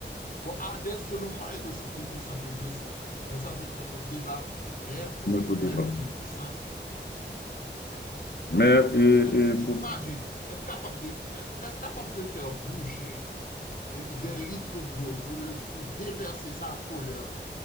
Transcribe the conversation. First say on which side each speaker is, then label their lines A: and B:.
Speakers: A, on the left (about 45°); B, on the left (about 65°).
A: Bon, Hadès, selon moi, est aussi plus puissant que Zeus, mais ça, c'est un autre débat. Mais Poséidon
B: notre débat.
A: est plus puissant.
B: Mais et,
A: Parce que tu
B: et
A: t'imagines
B: pour-
A: être capable de, être, être capable de faire bouger et des litres d'eau pour, le- pour déverser sa colère